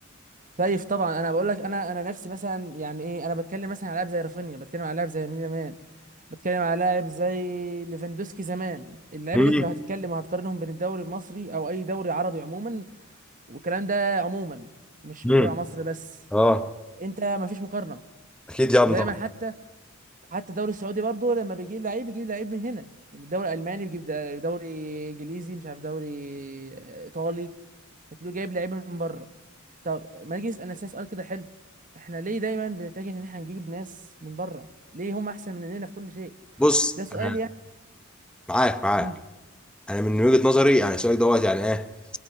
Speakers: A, on the right; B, in the centre.
A: خايف طبعا انا بقول لك انا انا نفسي مثلا يعني ايه انا بتكلم مثلا على لاعب زي رافينيا بتكلم على لاعب زي يمين يامال بتكلم على لاعب زي ليفاندوسكي زمان اللعيبه
B: امم
A: ديت لو هتتكلم وهتقارنهم بين الدوري المصري او اي دوري عربي عموما والكلام ده عموما مش
B: امم
A: بتكلم على مصر بس
B: اه
A: انت مفيش مقارنه
B: اكيد يا عم
A: ودايما
B: طبعا
A: حتى حتى الدوري السعودي برضه لما بيجيب لعيب بيجيب لعيب من هنا الدوري الالماني بيجيب دا- دوري انجليزي مش عارف دوري آه، ايطالي بتلاقيه جايب لعيبه من بره طب ما نيجي نسال نفسنا سؤال كده حلو احنا ليه دايما بنتجه ان احنا نجيب ناس من بره ليه هم احسن مننا في كل شيء
B: بص
A: ده سؤال
B: انا
A: يعني
B: معاك معاك
A: امم
B: انا من وجهه نظري يعني سؤالك دوت يعني ايه